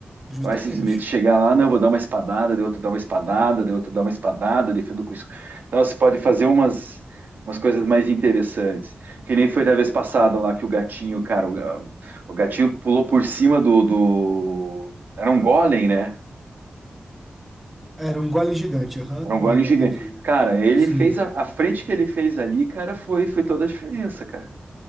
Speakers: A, in the centre; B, on the right.
A: Justamente.
B: Não é simplesmente chegar lá, não, vou dar uma espadada, de outro dar uma espadada, de outro dar uma espadada, defendo com isso. Então você pode fazer umas, umas coisas mais interessantes. Que nem foi da vez passada lá que o gatinho, cara, o, o gatinho pulou por cima do, do... Era um golem, né?
A: Era um gole gigante, aham,
B: Era um
A: na,
B: gole
A: na
B: gigante.
A: aventura.
B: Cara, ele
A: Sim,
B: fez a, a frente que ele fez ali, cara, foi, foi toda a diferença, cara.